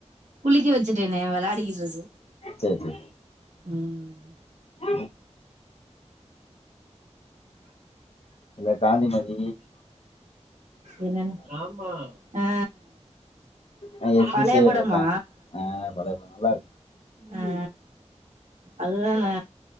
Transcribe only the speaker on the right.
குளிக்க வச்சிட்டனே விளையாடிக்கிட்டு இருக்கு
ம்
என்னன் ஆ
பழைய
படமா
அ அதுதா நா